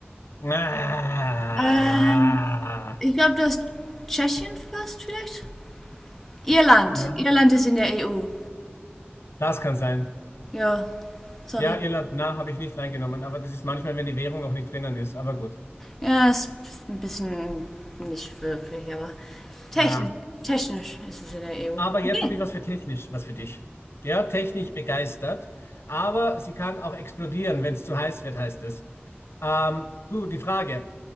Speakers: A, on the left; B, in the centre.
A: Ah,
B: Ähm, ich glaube, das Tschechien fast vielleicht. Irland.
A: na,
B: Irland ist in der EU.
A: das kann sein.
B: Ja, sorry.
A: Ja, Irland, na, habe ich nicht reingenommen, aber das ist manchmal, wenn die Währung noch nicht drinnen ist, aber gut.
B: Ja, ist ein bisschen nicht wirklich, aber technisch,
A: Na,
B: technisch ist es in der EU.
A: Aber jetzt
B: Okay.
A: habe ich was für technisch, was für dich. Ja, technisch begeistert, aber sie kann auch explodieren, wenn es zu heiß wird, heißt es. Ähm, du, die Frage,